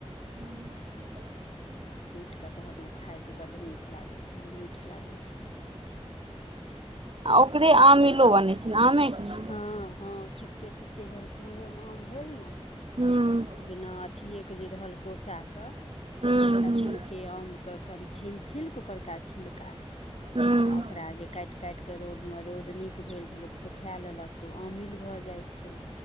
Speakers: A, on the right; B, on the left.
A: हू <inaudible>
B: आ कुटि कऽ तखन ओ खाइत त बड्ड नीक लागैत छलै मीठ लागैत छलै
A: आ ओकरे आमिलो बनै छै ने आमेक ना
B: हँ हँ छोटके छोटके जहन शुरूए मे आम भेल ना
A: हूँ
B: बिना अथिएके जे रहल कोसा क
A: हूँ
B: तखुनकै
A: हूँ
B: के आम के क छी छक परका छिलका
A: हूँ
B: आ ओकरा जे काट काट के रौदमे रौद नीक भेल जे लोक सुखाए लेलक त ओ अमिल भ जाइ छै